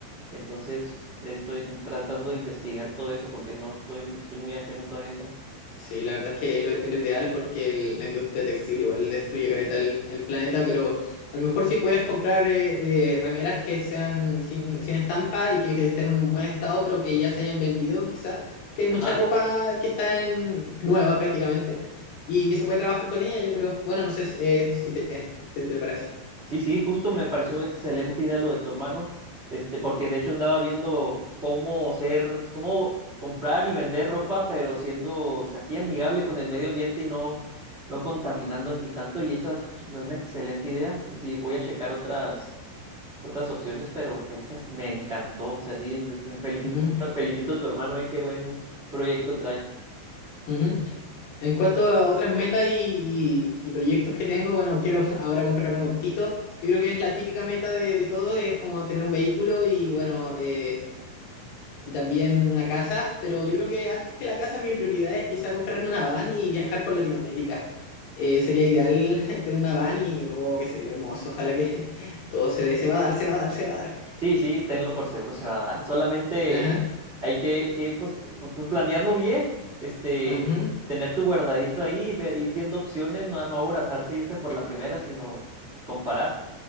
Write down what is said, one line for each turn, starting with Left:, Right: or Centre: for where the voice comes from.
Right: entonces estoy tratando de investigar todo eso porque no estoy, estoy muy ajeno todavía a eso.
Left: Sí, la verdad es que es lo, es lo ideal porque el- la industria textil igual destruye caleta el, el planeta, pero a lo mejor si puedes comprar eh, eh, remeras que sean sin, sin estampa y que, que estén en un buen estado, pero que ya se hayan vendido quizá, porque hay
Right: Ajá.
Left: mucha ropa que está en, nueva prácticamente y que se puede trabajar con ella, yo creo. Bueno, no sé si, eh, si te, si te parece.
Right: Sí, sí, justo me pareció excelente idea lo de tu hermano, este, porque de hecho andaba viendo cómo ser, cómo comprar y vender ropa, pero siendo, o sea, así amigable con el medio ambiente y no, no contaminando ni tanto, y esa es una excelente idea, y sí, voy a checar otras, otras opciones, pero esas me encantó, o sea, sí, felicito,
Left: Ujú,
Right: mucho- felicito a tu hermano, eh, qué buen proyecto trae.
Left: ujú. En cuanto a otras metas y, y- y proyectos que tengo, bueno, quiero <laughs> ahora comprarme un optito. Yo creo que es la típica meta de, de todo, es como tener un vehículo y bueno, eh, y también una casa, pero yo creo que antes que la casa mi prioridad es quizá comprarme una van y viajar por Latinoamérica. Eh, sería ideal <laughs> tener una van y, oh, que sería hermoso, ojalá que <laughs> todo se dé, se va a dar, se va a dar, se va a dar.
Right: Sí, sí, tenlo por seguro se va a dar. Solamente
Left: Ajá,
Right: hay que, que, pues, pu- pu- pu- planearlo bien, este,
Left: ujú,
Right: tener tu guardadito ahí, ve- ir viendo opciones, no, no aborazarse, e irse por la primera, sino comparar.